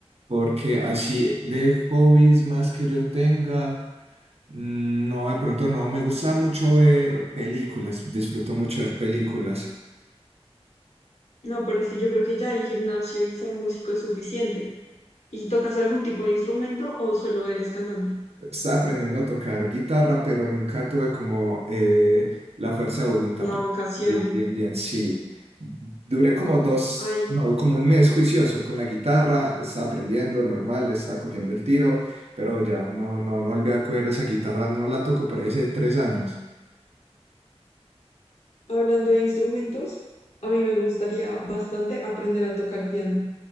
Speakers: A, on the right; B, on the left.
A: porque así de hobbies más que yo tenga, mm, no, de pronto no, me gusta mucho ver películas, disfruto mucho ver películas.
B: No, pero es que yo creo que ya el gimnasio y ser músico es suficiente. ¿Y tocas algún tipo de instrumento o solo eres cantante?
A: Estaba aprendiendo a tocar guitarra, pero nunca tuve como eh, la fuerza de voluntad
B: La
A: para...
B: vocación.
A: Bien, bien, bien, sí. Duré como dos,
B: Ay,
A: no, como un mes juicioso con la guitarra, estaba aprendiendo normal, le estaba cogiendo el tiro, pero ya no, no, no volví a coger esa guitarra, no la toco por ahí hace tres años.
B: hablando de instrumentos, a mí me gustaría bastante aprender a tocar piano.